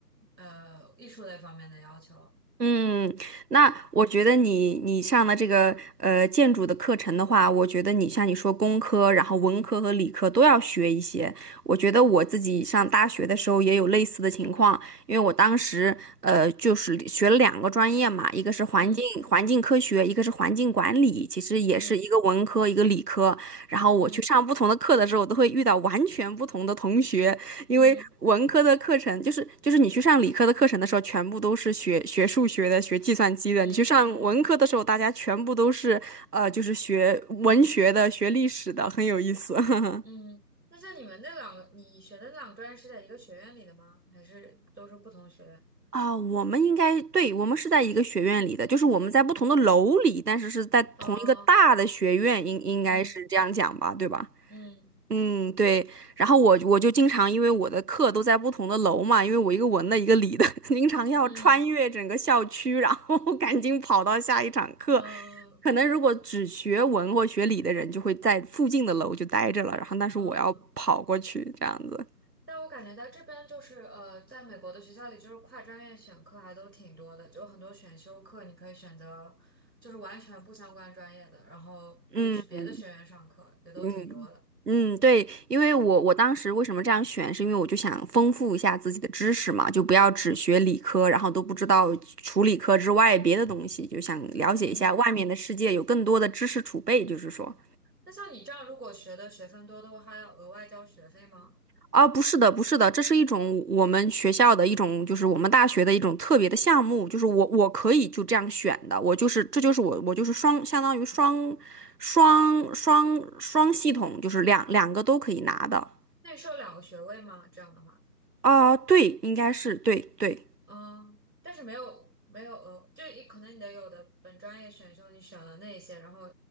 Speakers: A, on the right (about 85°); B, on the right (about 70°).
A: 呃艺术类方面的要求。
B: 嗯，那我觉得你你上的这个呃建筑的课程的话，我觉得你像你说工科，然后文科和理科都要学一些。我觉得我自己上大学的时候也有类似的情况，因为我当时呃就是学了两个专业嘛，一个是环境环境科学，
A: 嗯
B: 一个是环境管理，其实也是一个文科一个理科。
A: 嗯
B: 然后我去上不同的课的时候，
A: 嗯
B: 我都会遇到完全不同的同学，因为文科的课程就是就是你去上理科的课程的时候，
A: 嗯
B: 全部都是学学数学的、学计算机的；
A: 嗯嗯
B: 你去上文科的时候，大家全部都是呃，就是学文学的、学历史的，很有意思。<laughs>
A: 嗯。那像你们那两个，你学的那两个专业是在一个学院里的吗？还是都是不同学院？
B: 啊、我们应该对，我们是在一个学院里的，就是我们在不同的楼里，但是是在同一个大的学院，
A: 哦，
B: 应应该是这样讲吧，
A: 嗯
B: 对吧？
A: 嗯。
B: 嗯，对。然后我我就经常因为我的课都在不同的楼嘛，因为我一个文的，一个理的，<laughs> 经常要穿越整个校区，
A: 嗯
B: 然后 <laughs> 赶紧跑到下一场课。
A: 嗯
B: 可能如果只学文或学理的人，就会在附近的楼就待着了，然后但是我要跑过去这样子。
A: 嗯，但我感觉在这边就是呃，在美国的学校里，就是跨专业选课还都挺多的，就很多选修课你可以选择，就是完全不相关专业的，然后就去别的学院上课，
B: 嗯。
A: 也都挺多的。
B: 嗯嗯，对，因为我我当时为什么这样选，是因为我就想丰富一下自己的知识嘛，就不要只学理科，然后都不知道除理科之外别的东西，就想了解一下外面的世界，
A: 嗯，
B: 有更多的知识储备，就是说。
A: 那像你这样，如果学的学分多的话，还要额外交学费吗？
B: 啊，不是的，不是的，这是一种我们学校的一种，就是我们大学的一种特别的项目，就是我我可以就这样选的，我就是这就是我我就是双相当于双双双双系统，就是两两个都可以拿的。
A: 那你是有两个学位吗？这样的话，
B: 啊、对，应该是对对，
A: 嗯，但是没有没有额，就一可能你的有的本专业选修你选了那一些，然后